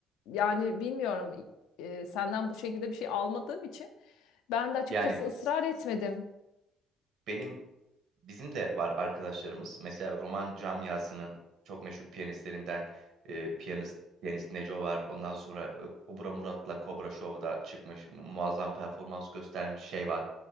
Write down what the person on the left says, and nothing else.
yani bilmiyorum e, senden bu şekilde bir şey almadığım için ben de açıkçası
ısrar etmedim.